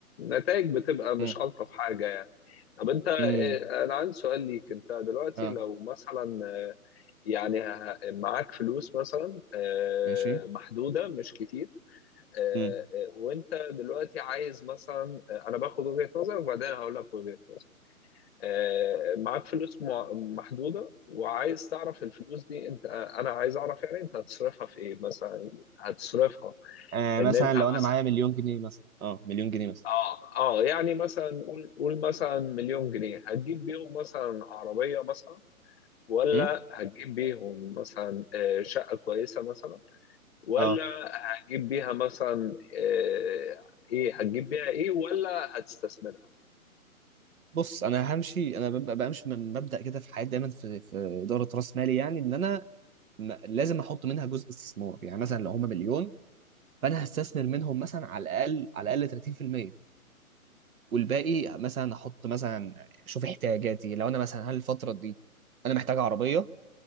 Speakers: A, on the left; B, on the right.
A: نتائج بتبقى مش
B: امم
A: الطف حاجه يعني طب انت اه،
B: امم
A: انا عندي سؤال ليك انت دلوقتي
B: اه
A: لو مثلا اه، يعني ه- معاك فلوس مثلا اه،
B: ماشي
A: محدودة مش كتير اه،
B: امم
A: اه، وانت دلوقتي عايز مثلا اه، انا باخد وجهة نظرك وبعدين هقول لك وجهة نظري اه، معاك فلوس مع- محدودة وعايز تعرف الفلوس دي انت اه، انا عايز اعرف يعني انت هتصرفها في ايه مثلا هتصرفها
B: آه
A: ان
B: مثلا
A: انت
B: لو انا
A: مثلا
B: معايا مليون جنيه مثلا اه مليون جنيه مثلا
A: اه اه يعني مثلا قول قول مثلا مليون جنيه هتجيب بيهم مثلا عربية مثلا ولا
B: امم
A: هتجيب بيهم مثلا آه، شقة كويسة مثلا ولا
B: اه
A: هتجيب بيها مثلا آه، ايه هتجيب بيها ايه ولا هتستثمرها
B: بص انا همشي انا ببقى بمشي من مبدأ كده في حياتي دايما في في اداره راس مالي يعني ان انا م- لازم احط منها جزء استثمار يعني مثلا لو هم مليون فانا هستثمر منهم مثلا على الاقل على الاقل 30% والباقي مثلا احط مثلا شوف احتياجاتي لو انا مثلا هل الفتره دي انا محتاج عربيه